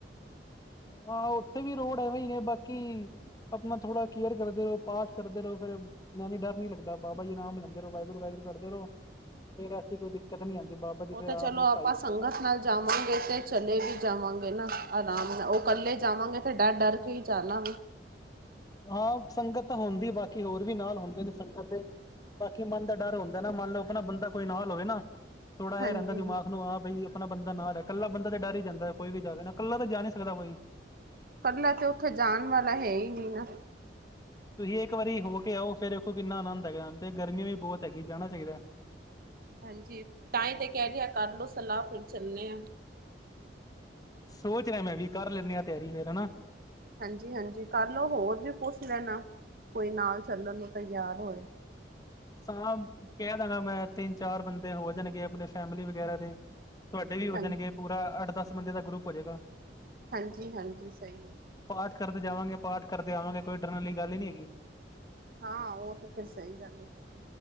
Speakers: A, on the left; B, on the right.
A: ਹਾਂ ਉੱਥੇ ਵੀ ਰੋਡ ਐਵੇਂ ਹੀ ਨੇ ਬਾਕੀ ਆਪਣਾ ਥੋੜਾ ਕੇਅਰ ਕਰਦੇ ਰਹੋ ਪਾਠ ਕਰਦੇ ਰਹੋ ਫਿਰ ਮੈ ਡਰ ਨੀ ਲਗਦਾ ਬਾਬਾ ਜੀ ਨਾਮ ਲੈਂਦੇ ਰੋ ਵਾਹਿਗੁਰੂ ਵਾਹਿਗੁਰੂ ਕਰਦੇ ਰਹੋ ਫਿਰ ਐਸੀ ਕੋਈ ਦਿੱਕਤ ਨੀ ਆਉਂਦੀ ਬਾਬਾ ਜੀ
B: ਉਹ
A: ਫੇਰ
B: ਤੇ
A: ਆਪ
B: ਚਲੋ ਆਪਾਂ
A: ਸਹਾਈ ਹੁੰਦੇ
B: ਸੰਗਤ ਨਾਲ ਜਾਵਾਂਗੇ ਤੇ ਚਲੇ ਵੀ ਜਾਵਾਂਗੇ ਨਾ ਆਰਾਮ ਨਾਲ ਉਹ ਇਕੱਲੇ ਜਾਵਾਂਗੇ ਤੇ ਡਰ ਡਰ ਕੇ ਹੀ ਜਾਣਾ
A: ਹਾਂ ਸੰਗਤ ਤਾਂ ਹੁੰਦੀ ਬਾਕੀ ਹੋਰ ਵੀ ਨਾਲ ਹੁੰਦੇ ਨੇ ਸੰਗਤ ਬਾਕੀ ਮਨ ਦਾ ਡਰ ਹੁੰਦਾ ਨਾ ਮੰਨ ਲਓ ਆਪਣਾ ਬੰਦਾ ਕੋਈ ਨਾ ਹੋਵੇ ਨਾ ਥੋੜਾ
B: ਹਾਂਜੀ
A: ਇਹ ਰਹਿੰਦਾ ਦਿਮਾਗ ਨੂੰ ਆਂ ਬਈ ਆਪਣਾ ਬੰਦਾ ਨਾਲ ਐ, ਇਕੱਲਾ ਬੰਦਾ ਤੇ ਡਰ ਹੀ ਜਾਂਦਾ, ਕੋਈ ਵੀ ਜਾਵੇ ਨਾ। ਇਕੱਲਾ ਤਾ ਜਾ ਨੀ ਸਕਦਾ ਕੋਈ।
B: ਇਕੱਲਾ ਤੇ ਉੱਥੇ ਜਾਣ ਵਾਲਾ ਹੈ ਹੀ ਨੀ ਨਾ।
A: ਤੁਸੀਂ ਇੱਕ ਵਾਰੀ ਹੋ ਕੇ ਆਓ, ਫਿਰ ਦੇਖੋ ਕਿੰਨਾ ਆਨੰਦ ਹੈਗਾ, ਤੇ ਗਰਮੀਆਂ ਵੀ ਬਹੁਤ ਹੈਗੀ, ਜਾਣਾ ਚਾਹੀਦਾ।
B: ਹਾਂਜੀ ਤਾਂਹੀ ਤੇ ਕਹਿੰਨੀ ਆਂ ਕਰਲੋ ਸਲਾਹ, ਫਿਰ ਚੱਲਣੇ ਹਾਂ।
A: ਸੋਚ ਰਿਹਾ ਮੈਂ ਵੀ, ਕਰ ਲੈਂਨੇ ਆਂ ਤਿਆਰੀ ਫੇਰ ਹਨਾ।
B: ਹਾਂਜੀ- ਹਾਂਜੀ ਕਰਲੋ, ਹੋਰ ਵੀ ਪੁੱਛ ਲੈਣਾ, ਕੋਈ ਨਾਲ ਚੱਲਣ ਨੂੰ ਤਿਆਰ ਹੋਏ।
A: <inaudible> ਸਾਂ ਕਹਿਦਾਂਗਾ ਮੈਂ, ਤਿੰਨ ਚਾਰ ਬੰਦੇ ਹੋ ਜਾਣਗੇ ਆਪਣੇ ਫੈਮਿਲੀ ਵਗੈਰਾ ਦੇ। ਤੁਹਾਡੇ ਵੀ ਹੋ
B: ਹਾਂਜੀ
A: ਜਾਣਗੇ, ਪੂਰਾ ਅੱਠ ਦਸ ਬੰਦੇ ਦਾ ਗਰੁੱਪ ਹੋ ਜੇਗਾ।
B: ਹਾਂਜੀ-ਹਾਂਜੀ, ਸਹੀ ਏ।
A: ਪਾਠ ਕਰਦੇ ਜਾਵਾਂਗੇ, ਪਾਠ ਕਰਦੇ ਆਵਾਂਗੇ, ਕੋਈ ਡਰਨ ਆਲੀ ਗੱਲ ਹੀ ਨਹੀਂ ਹੈਗੀ।
B: ਹਾਂ ਉਹ ਤੇ ਫਿਰ ਸਹੀ ਗੱਲ ਏ, ਫਿਰ